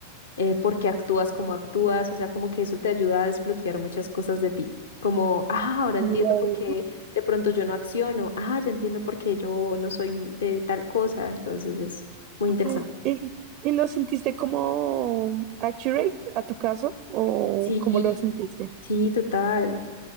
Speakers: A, on the left; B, on the right.
A: eh, por qué actúas como actúas, o sea, como que eso te ayuda a desbloquear muchas cosas de ti. Como, ah, ahora entiendo
B: Wow.
A: por qué de pronto yo no acciono, ah, ya entiendo por qué yo no soy de tal cosa, entonces es muy interesante.
B: Ah, ¿Y, y lo sentiste como accurate a tu caso o
A: Sí,
B: cómo lo sentiste?
A: Sí, total.